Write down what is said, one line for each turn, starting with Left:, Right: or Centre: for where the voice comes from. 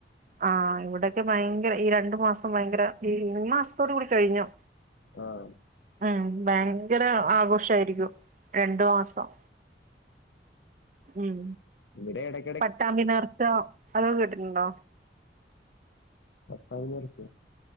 Right: ആഹ് ഇവെടെക്കെ ഭയ്ങ്കര ഈ രണ്ടു മാസം ഭയ്ങ്കര ഈ ഈ മാസത്തോട് കൂടി കഴിഞ്ഞു.
Left: ആഹ്
Right: ഉം ഭയ്ങ്കര ആഘോഷായിരിക്കും രണ്ടു മാസം. ഉം.
Left: ഇവടെ എടെ
Right: പട്ടാമ്പി നേർച്ച അതൊക്കെ കട്ടിട്ണ്ടോ?
Left: പട്ടാമ്പി നേർച്ചെ.